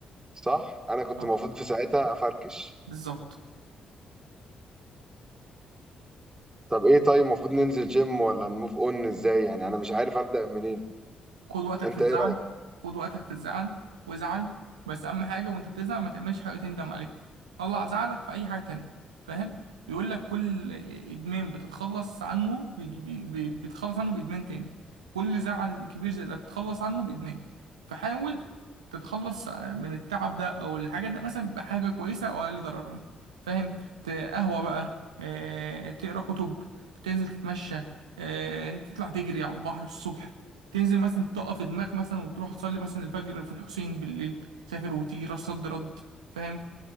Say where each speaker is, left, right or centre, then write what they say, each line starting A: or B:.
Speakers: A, on the right (about 20°); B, on the right (about 80°).
A: صح انا كنت
B: اه
A: المفروض في ساعتها افركش
B: بالظبط
A: طب ايه طيب المفروض ننزل جيم ولا نموف اون ازاي يعني انا مش عارف ابدا منين
B: خد وقتك
A: انت
B: في الزعل
A: ايه رأيك
B: خد وقتك في الزعل وازعل بس اهم حاجه وانت بتزعل ما تعملش حاجه تندم عليها طلع زعلك في اي حاجه تانية فاهم بيقول لك كل ادمان بتتخلص عنه بيجي- بي- بي- بتتخلص عنه بادمان تاني كل زعل كبير زي ده بتتخلص عنه بادمان فحاول تتخلص من التعب ده او الحاجات ده مثلا بحاجه كويسه او اقل ضررا فاهم ت- قهوه بقى آه، تقرا كتب تنزل تتمشى آه، تطلع تجري على البحر الصبح تنزل مثلا تقف دماغك مثلا وتروح تصلي مثلا الفجر في الحسين بالليل تسافر وتيجي راس صد رد فاهم